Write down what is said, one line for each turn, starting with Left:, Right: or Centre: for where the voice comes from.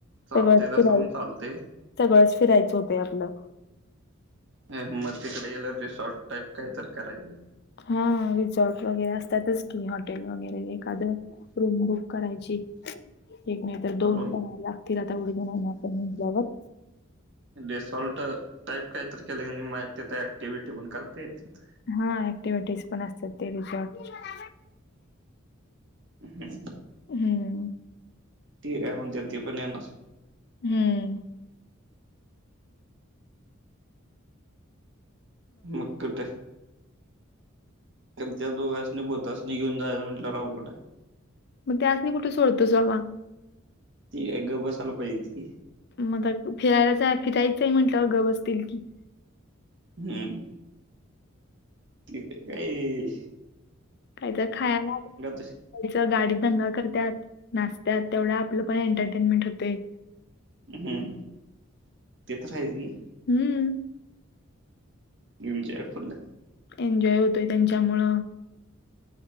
Right: चालते
Left: सगळंच फिराय
Right: जसं पण चालते
Left: सगळंच फिरायचं होतय आपलं.
Right: हूं म तिकड गेल्यावर रिसॉर्ट टाईप काय तर करायचं.
Left: हा रिसॉर्ट वगैरे असतातच की हॉटेल वगैरे एखादं रूम बुक करायची एक मी तर दोन
Right: रूम
Left: कुणाला लागतील आता एवढी जण आपण म्हटल्यावर
Right: रिसॉल्ट टाईप काय तर केलं की नाय म तिथं ऍक्टिव्हटी पण करता येईल तिथं
Left: हा ऍक्टिव्हटीज पण असतात ते रिसॉर्ट च्या
Right: <unintelligible>
Left: हम्म
Right: ते काय म्हणत्यात ते पण येणार
Left: हम्म
Right: मग कुठ तुमच्या दोघांनी भुतांसनी घेऊन जायचं म्हटल्यावर अवघड आहे.
Left: मग त्यास्नी कुठ सोडतोस बाबा
Right: ती एक गप बसायला पाहिजेत की
Left: म काय फिरायचय फिरायच म्हंटल्यावर गंप बसतील की
Right: हम्म तिथं काय ये ये
Left: काय तर खाया लागल.
Right: तशी
Left: त्याचा गाडीत दंगा करत्यात नाचतात तेवढं आपलं पण एंटरटेनमेंट होतय.
Right: हम्म, ते तर आहेच कि
Left: हम्म.
Right: एन्जॉय फुल
Left: एन्जॉय होतोय त्यांच्यामुळं